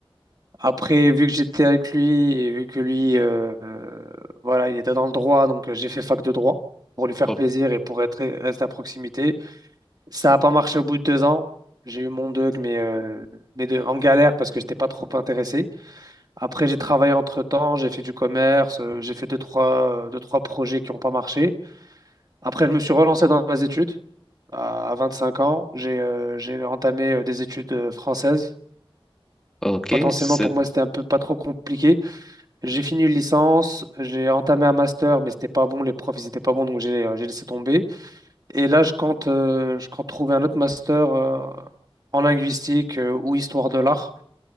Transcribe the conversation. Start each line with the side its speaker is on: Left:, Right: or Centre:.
Right: Après, vu que j'étais avec lui et vu que lui, euh, euh, voilà, il était dans le droit, donc euh, j'ai fait fac de droit pour lui faire
Centre: Oh,
Right: plaisir et pour être, rester à proximité. Ça n'a pas marché au bout de deux ans. J'ai eu mon DEUG, mais, euh, mais de- en galère parce que je n'étais pas trop intéressé. Après, j'ai travaillé entre-temps, j'ai fait du commerce, euh, j'ai fait deux, trois, euh, deux, trois projets qui n'ont pas marché. Après, je me suis relancé dans mes études. À, à 25 ans, j'ai euh, j'ai entamé euh, des études euh, françaises.
Centre: ok,
Right: Potentiellement,
Centre: c'est,
Right: pour moi, c'était un peu pas trop compliqué. J'ai fini une licence, j'ai entamé un master, mais c'était pas bon, les profs, ils étaient pas bons, donc j'ai euh, j'ai laissé tomber. Et là, je compte, euh, je compte trouver un autre master euh, en linguistique euh, ou histoire de l'art